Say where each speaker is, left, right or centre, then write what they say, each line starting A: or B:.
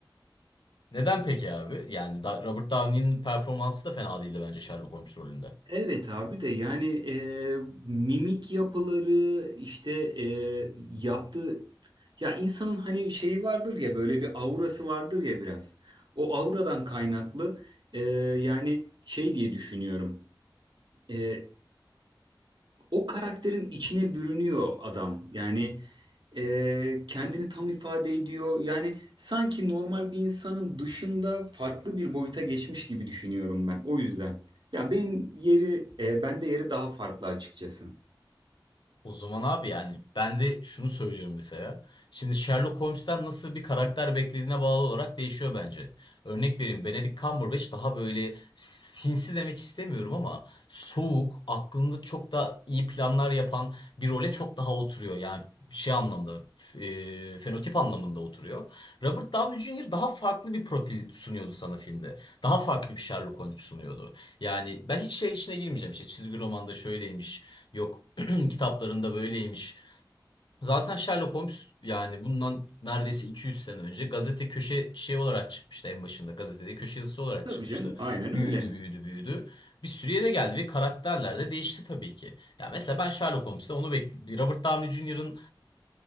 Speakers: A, on the left (about 70°); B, on the right (about 70°).
A: Neden peki abi? Yani da- Robert Downey'nin performansı da fena değildi bence Sherlock Holmes rolünde.
B: Evet abi de yani e, mimik yapıları işte e, yaptığı ya insanın hani şeyi vardır ya böyle bir aurası vardır ya biraz. O auradan kaynaklı e, yani şey diye düşünüyorum. E, o karakterin içine bürünüyor adam. Yani e, kendini tam ifade ediyor. Yani sanki normal bir insanın dışında farklı bir boyuta geçmiş gibi düşünüyorum ben. O yüzden. Ya benim yeri, e, bende yeri daha farklı açıkçası.
A: O zaman abi yani ben de şunu söylüyorum mesela. Şimdi Sherlock Holmes'ten nasıl bir karakter beklediğine bağlı olarak değişiyor bence. Örnek vereyim Benedict Cumberbatch daha böyle sinsi demek istemiyorum ama soğuk, aklında çok da iyi planlar yapan bir role çok daha oturuyor. Yani şey anlamda, e, fenotip anlamında oturuyor. Robert Downey Jr. daha farklı bir profil sunuyordu sana filmde. Daha farklı bir Sherlock Holmes sunuyordu. Yani ben hiç şey işine girmeyeceğim işte çizgi romanda şöyleymiş. Yok Kitaplarında böyleymiş. Zaten Sherlock Holmes yani bundan neredeyse 200 sene önce gazete köşe şey olarak çıkmıştı en başında. Gazetede köşe yazısı olarak
B: Tabii
A: çıkmıştı.
B: canım, aynen
A: Büyüdü,
B: öyle.
A: büyüdü, büyüdü. Bir sürü yere geldi ve karakterler de değişti tabii ki. Ya mesela ben Sherlock Holmes'te onu bekledim. Robert Downey Jr.'ın